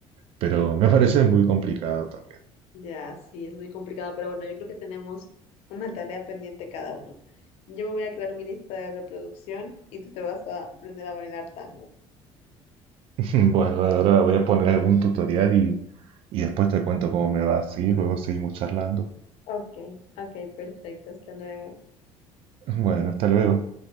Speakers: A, on the right; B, on the left.
A: pero me parece muy complicado también.
B: Ya, sí, es muy complicado, pero bueno, yo creo que tenemos una tarea pendiente cada uno. Yo me voy a crear mi lista de reproducción y tú te vas a aprender a bailar tango.
A: <laughs> Bueno, ahora voy a poner algún tutorial y, y después te cuento cómo me va, ¿sí? Luego seguimos charlando.
B: Ok, ok, perfecto, hasta luego.
A: Bueno, hasta luego.